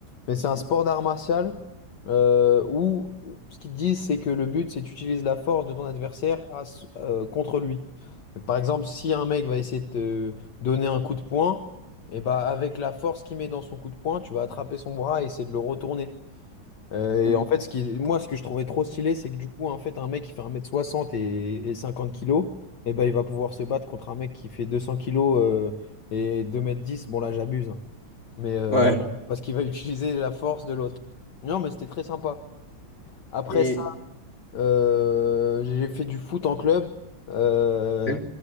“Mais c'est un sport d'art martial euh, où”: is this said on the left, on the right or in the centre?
Left